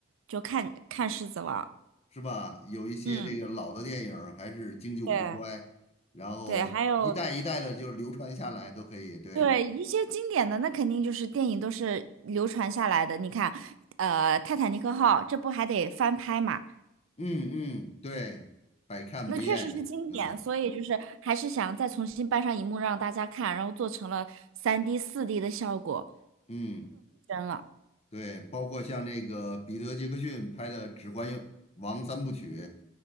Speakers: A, on the right (about 70°); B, on the left (about 30°).
A: 就看看《狮子王》。
B: 是吧？有一些这个老的电影儿还是经久不衰，
A: 嗯，对
B: 然后一代一代的就流传下来都可以。
A: 对，还有
B: 对，
A: 对一些经典的，那肯定就是电影都是流传下来的。你看，呃，《泰坦尼克号》这不还得翻拍嘛？
B: 嗯嗯，对，百看不厌。
A: 那确实是经典，
B: 嗯
A: 所以就是还是想再重新搬上荧幕让大家看，然后做成了三 d 四 d 的效果，
B: 嗯。
A: 真了
B: 对，包括像那个彼得·杰克逊拍的《指环王》三部曲，